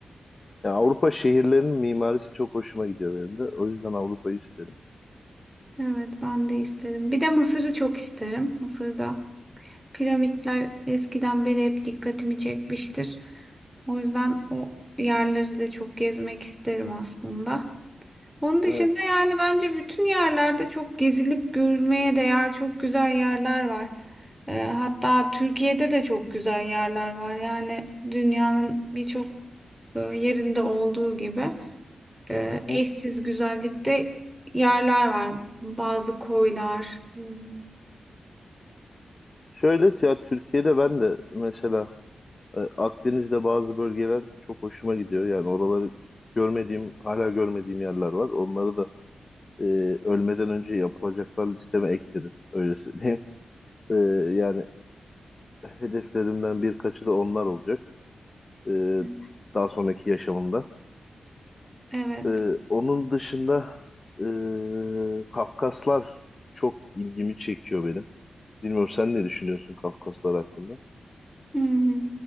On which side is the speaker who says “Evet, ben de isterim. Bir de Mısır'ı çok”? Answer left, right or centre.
Centre